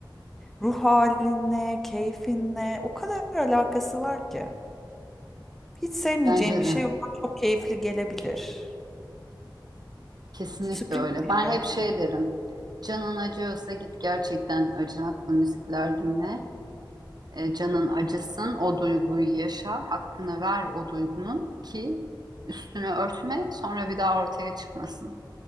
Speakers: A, in the centre; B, on the right.
A: ruh halinle, keyfinle o kadar alakası var ki. Hiç sevmeyeceğim
B: Bence
A: bir
B: de.
A: şey ona çok keyifli gelebilir.
B: Kesinlikle
A: Sürpriz
B: öyle.
A: bir
B: Ben
A: şey.
B: hep şey derim. Canın acıyorsa git gerçekten acınaklı müzikler dinle. E, canın acısın, o duyguyu yaşa, hakkını ver o duygunun ki üstünü örtme, sonra bir daha ortaya çıkmasın.